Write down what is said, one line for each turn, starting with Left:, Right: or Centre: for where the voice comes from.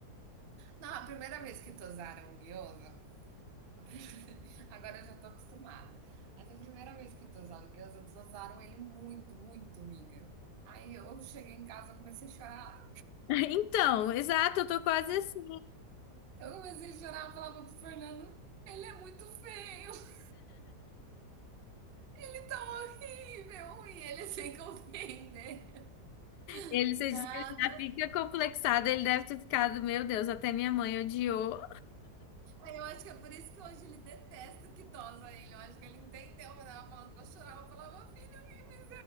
Right: Não, a primeira vez que tosaram o gyoza, a primeira- <laughs> agora eu já tô acostumada. Mas a primeira vez que tosaram o gyoza, tosaram ele muito, muito, miga. Aí eu cheguei em casa, comecei a chorar.
Left: Então, exato, eu tô quase assim.
Right: Eu comecei a chorar, eu falava pro Fernando, ele é muito feio. Ele tá horrível e ele é sem compreender
Left: Ele, você
Right: nada.
Left: disse que ele já fica complexado, ele deve ter ficado, meu Deus, até minha mãe odiou.
Right: Eu acho que é por isso que hoje ele detesta que tosa ele. Eu acho que ele entendeu quando ela falando que eu chorava. Eu falava, filho, que